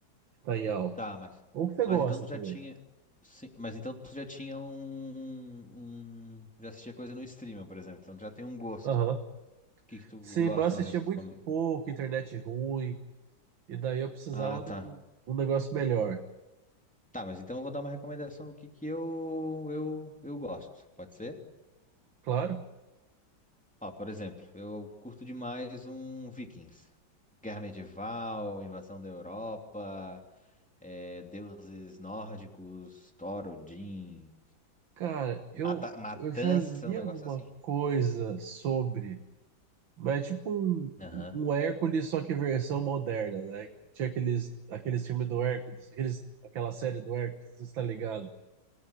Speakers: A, on the right; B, in the centre.
A: que tá em alta?
B: Tá, mas...
A: Ou que você gosta
B: Mas então tu
A: também.
B: já tinha... Sim, mas então tu já tinha um... um- Já assistia coisa no streaming, por exemplo. Então tu já tem um gosto.
A: Aham.
B: O que que tu
A: Sim,
B: gosta,
A: mas eu assistia
B: mais ou menos,
A: muito
B: como-
A: pouco, internet ruim, e daí eu precisava
B: Ah, tá.
A: de um, um negócio melhor.
B: Tá, mas então eu vou dar uma recomendação do que que eu... Eu, eu gosto. Pode ser?
A: Claro.
B: Ó, por exemplo, eu curto demais um Vikings. Guerra medieval, invasão da Europa... é, deuses nórdicos, Thor, Odin,
A: Cara, eu,
B: mata- matança,
A: eu já li
B: um negócio
A: alguma
B: assim.
A: coisa sobre, mas é tipo um,
B: Aham.
A: um Hércules, só que versão moderna, né? Tinha aqueles, aqueles filmes do Hércules, aqueles, aquela série do Hércules, você está ligado?